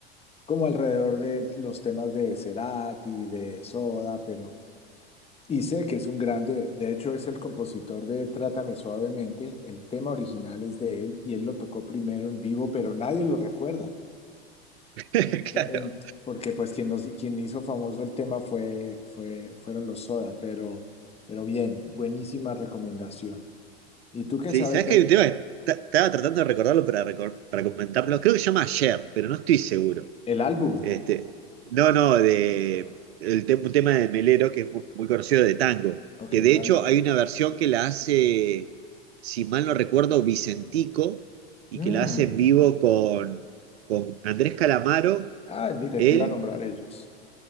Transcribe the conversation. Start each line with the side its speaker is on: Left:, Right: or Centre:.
Left: como alrededor de los temas de Cerati, de Soda, pero, y sé que es un grande, de hecho es el compositor de Trátame Suavemente, el tema original es de él y él lo tocó primero en vivo, pero nadie lo recuerda.
Right: <laughs>
Left: Ento-
Right: Claro.
Left: en- porque pues quien, los- quien hizo famoso el tema fue, fue, fueron los Soda, pero, pero bien, buenísima recomendación. ¿Y tú qué
Right: Sí,
Left: sabes
Right: ¿sabes
Left: del
Right: que hay un tema que ta- estaba tratando de recordarlo para, recor- para comentarlo? Creo que se llama Ayer, pero no estoy seguro.
Left: el álbum?
Right: Este, no, no, de el te- un tema de Melero que es mu- muy, conocido de tango,
Left: Ok,
Right: que de
Left: bueno.
Right: hecho hay una versión que la hace, si mal no recuerdo, Vicentico, y
Left: Mm.
Right: que la hace en vivo con, con Andrés Calamaro,
Left: Ah, mira,
Right: él
Left: te iba a nombrar ellos.